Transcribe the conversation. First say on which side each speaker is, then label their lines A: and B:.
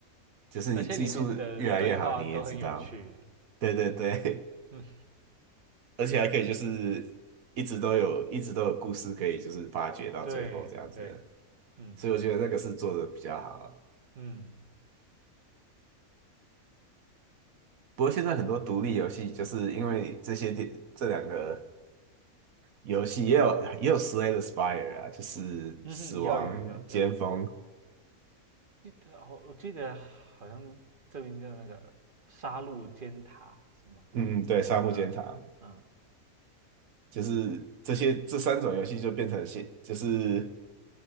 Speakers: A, on the right; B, on the right.
A: 就是你技术越来越好，
B: 而且里面的对话都很有趣，
A: 你也知道。对对对，
B: 嗯，
A: 而且还可以就是一直都有一直都有故事可以就是发掘到最后这样子，
B: 对对，嗯
A: 所以我觉得那个是做的比较好。
B: 嗯
A: 不过现在很多独立游戏就是因为这些电这两个游戏也有也有 Slay the Spire 啊，就是死亡尖峰，
B: 嗯哼，有有有有，然后我记得好像这边叫那个杀戮尖塔什么的，
A: 嗯嗯，对，沙漠尖塔，
B: 嗯嗯，
A: 就是这些这三种游戏就变成现就是